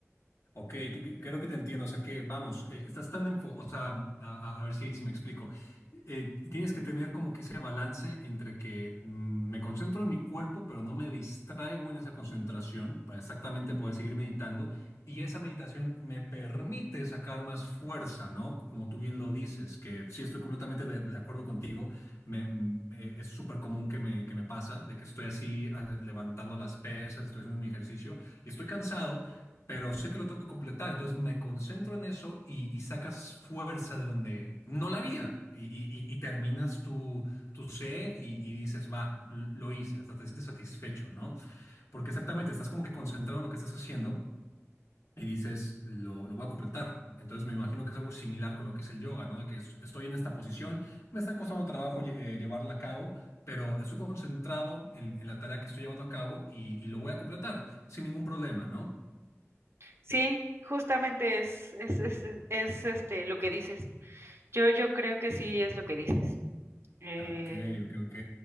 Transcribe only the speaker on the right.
Sí, justamente es, es, es, es, este lo que dices. Yo, yo creo que sí es lo que dices. Eh,